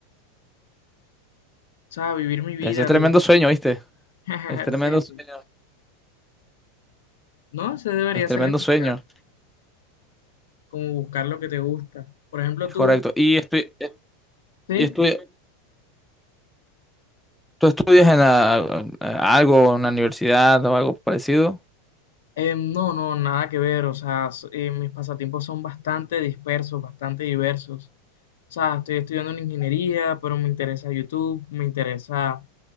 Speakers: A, on the left (about 75°); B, in the centre.
A: sea, vivir mi vida,
B: Ese es tremendo
A: liber-
B: sueño, ¿viste?
A: <laughs>
B: Es tremendo
A: Sí, sí.
B: sueño.
A: No, ese debería
B: Es tremendo
A: ser el ideal,
B: sueño.
A: como buscar lo que te gusta. Por ejemplo,
B: Es
A: tú,
B: correcto. Y estoy,
A: ¿sí?
B: y estoy, ¿Tú estudias en la- algo, en la universidad o algo parecido?
A: Eh, no, no, nada que ver. O sea, s- eh, mis pasatiempos son bastante dispersos, bastante diversos. O sea, estoy estudiando en ingeniería, pero me interesa YouTube, me interesa